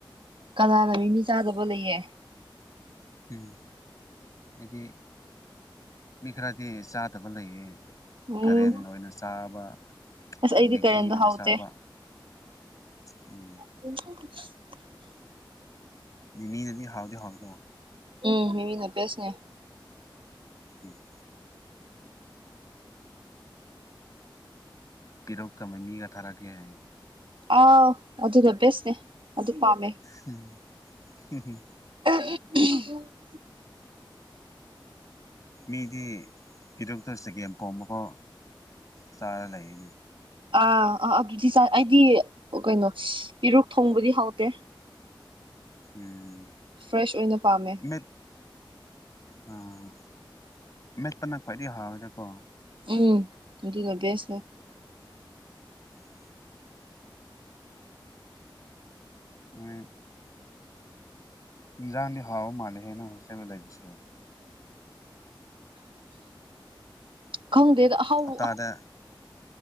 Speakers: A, on the right; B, on the left.
A: ꯀꯅꯥꯅ ꯃꯤ ꯃꯤ ꯆꯥꯗꯕ ꯂꯩꯌꯦ
B: ꯎꯝ ꯍꯥꯏꯗꯤ ꯃꯤ ꯈꯔꯗꯤ ꯆꯥꯗꯕ ꯂꯩꯌꯦ
A: ꯎꯝ
B: ꯀꯔꯦꯟ ꯑꯣꯏꯅ ꯆꯥꯕ
A: ꯑꯁ ꯑꯩꯗꯤ
B: ꯃꯦꯒꯤ
A: ꯀꯔꯟꯗꯣ
B: ꯑꯣꯏꯅ
A: ꯍꯥꯎꯇꯦ
B: ꯆꯥꯕ ꯎꯝ
A: ꯎ
B: ꯃꯤꯗꯗꯤ ꯍꯥꯎꯗꯤ ꯍꯥꯎꯗꯣ
A: ꯎꯝ ꯃꯤꯃꯤꯅꯕꯦꯁꯅꯦ
B: ꯎꯝ ꯄꯤꯔꯛꯀꯃꯦ ꯃꯤꯒ ꯊꯥꯔꯛꯀꯦ ꯍꯥꯏ
A: ꯑꯥꯎ ꯑꯗꯨꯗ ꯕꯦꯁꯅꯦ ꯑꯗꯨ ꯄꯥꯝꯃꯦ
B: ꯍꯝ ꯍꯝꯝ
A: <unintelligible>
B: ꯃꯤꯗꯤ ꯐꯤꯗꯣꯛꯇ ꯆꯒꯦꯝ ꯄꯣꯝꯕꯐꯥꯎ ꯆꯥꯔ ꯂꯩꯔꯤꯅꯦ
A: ꯑꯥ ꯑꯥ ꯑꯗꯨꯗꯤ ꯆ ꯑꯩꯗꯤ ꯀꯩꯅꯣ ꯄꯔꯨꯛ ꯊꯣꯡꯕꯗꯤ ꯍꯥꯎꯗꯦ
B: ꯎꯝ
A: ꯐ꯭ꯔꯦꯁ ꯑꯣꯏꯅ ꯄꯥꯝꯃꯦ
B: ꯎ ꯑꯥ ꯃꯦꯠꯄꯅ ꯈ꯭ꯋꯥꯏꯗꯒꯤ ꯍꯥꯎꯋꯤꯅꯀꯣ
A: ꯎꯝ ꯑꯗꯨꯅ ꯕꯦꯁꯅꯦ
B: ꯎꯝ ꯑ ꯌꯥꯥꯥꯟꯗꯤ ꯍꯥꯎ ꯃꯥꯥꯟꯦ ꯍꯦꯅ ꯍꯣꯇꯦꯜ ꯂ ꯂꯩꯁꯨ
A: ꯈꯪꯗꯦꯗ ꯍꯥꯎ
B: ꯍꯞꯇꯥꯗ